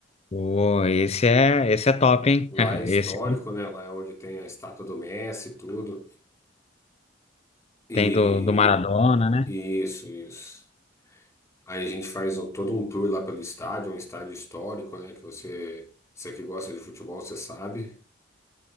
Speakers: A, on the left; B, on the left.
A: Pô, esse é, esse é top, hein?
B: Lá
A: <laughs>
B: é histórico,
A: Esse
B: né? Lá é onde tem a estátua do Messi e tudo. E
A: tem do, do Maradona, né?
B: Isso, isso. Aí a gente faz o- todo um tour lá pelo estádio, um estádio histórico, né? Que você, você que gosta de futebol, você sabe.